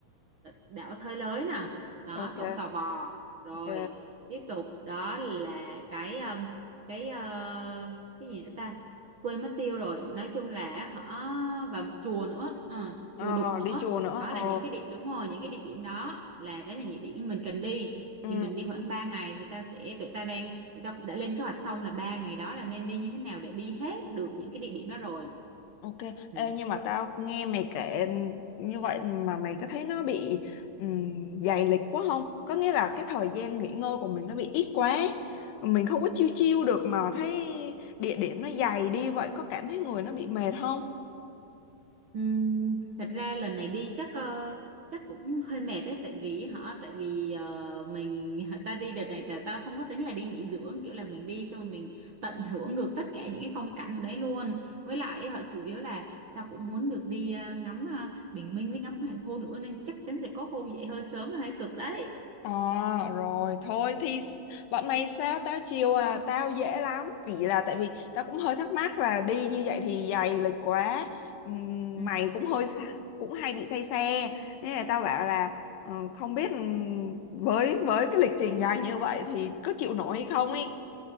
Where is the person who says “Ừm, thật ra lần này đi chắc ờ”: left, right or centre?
Right